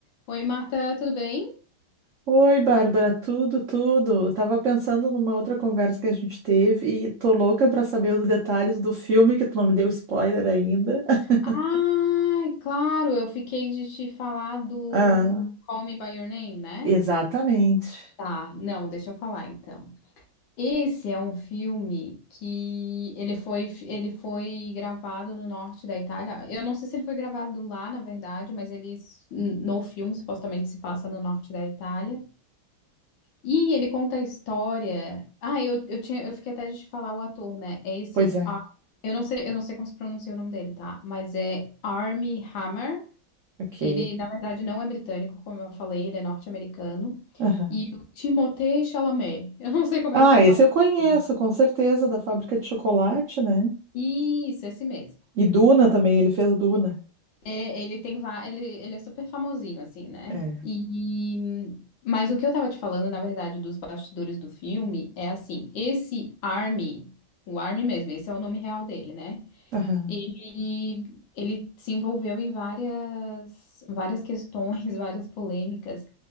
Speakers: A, on the left (about 70°); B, on the right (about 75°).
A: Oi, Marta, tudo bem?
B: Oi, Bárbara, tudo, tudo. Eu tava pensando numa outra conversa que a gente teve e tô louca pra saber os detalhes do filme que tu não me deu spoiler ainda. <laughs>
A: Ah, claro, eu fiquei de te falar do
B: Ah,
A: Call Me By Your Name, né?
B: exatamente.
A: Tá, não, deixa eu falar então. Esse é um filme que ele foi, ele foi gravado no norte da Itália. Eu não sei se ele foi gravado lá, na verdade, mas ele no filme supostamente se passa no norte da Itália. E ele conta a história. Ah, eu, eu tinha, eu fiquei até de te falar o ator, né? É esse.
B: Pois é.
A: Ar- Eu não sei, eu não sei como se pronuncia o nome dele, tá? Mas é Armie Hammer.
B: Ok.
A: Ele, na verdade, não é britânico, como eu falei, ele é norte-americano.
B: Aham.
A: E o Timothée Chalamet. <laughs> Eu não sei como
B: Ah,
A: é que se
B: esse
A: fala.
B: eu
A: o
B: conheço,
A: nome dele.
B: com certeza, da fábrica de chocolate, né?
A: Isso, esse mesmo.
B: E Duna também, ele fez Duna.
A: Ele tem va- ele, ele é super famosinho, assim, né?
B: É.
A: E, mas o que eu tava te falando, na verdade, dos bastidores do filme é assim, esse Army, o Army mesmo, esse é o nome real dele, né?
B: Aham.
A: Ele, ele se envolveu em várias, várias questões, <laughs> várias polêmicas,